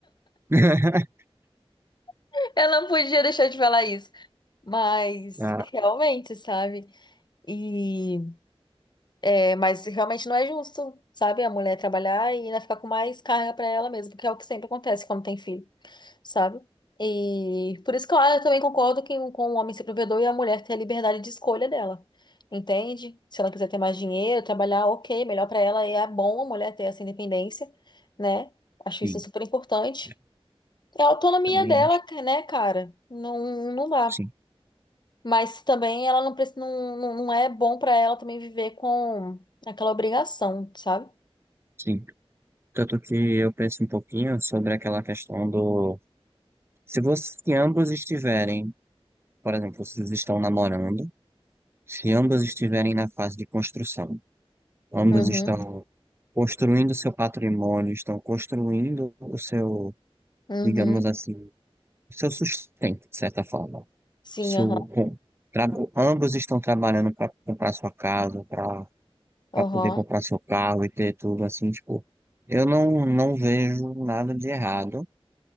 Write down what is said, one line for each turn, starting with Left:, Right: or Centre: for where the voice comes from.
Right: <laughs>
Left: <laughs> Eu não podia deixar de falar isso. Mas
Right: Ah,
Left: realmente, sabe? E. É, mas realmente não é justo, sabe? A mulher trabalhar e ainda ficar com mais carga pra ela mesma, porque é o que sempre acontece quando tem filho, sabe? E por isso que eu, eu também concordo que, com o homem ser provedor e a mulher ter a liberdade de escolha dela, entende? Se ela quiser ter mais dinheiro, trabalhar, ok, melhor pra ela, e é bom a mulher ter essa independência, né? Acho
Right: sim.
Left: isso super importante.
Right: É,
Left: É a autonomia
Right: Também.
Left: dela, né, cara? Não, não dá.
Right: Sim,
Left: Mas também ela não, preci- não, não não é bom pra ela também viver com aquela obrigação, sabe?
Right: sim. Tanto que eu penso um pouquinho sobre aquela questão do. Se você, se ambos estiverem, por exemplo, vocês estão namorando, se ambos estiverem na fase de construção, ambos
Left: Uhum,
Right: estão construindo seu patrimônio, estão construindo o seu,
Left: uhum.
Right: digamos assim, o seu sustento, de certa forma.
Left: Sim,
Right: Su-
Left: aham,
Right: com- tra- ambos estão trabalhando para comprar sua casa, para
Left: aham,
Right: para poder comprar seu carro e ter tudo assim, tipo, eu não, não vejo nada de errado.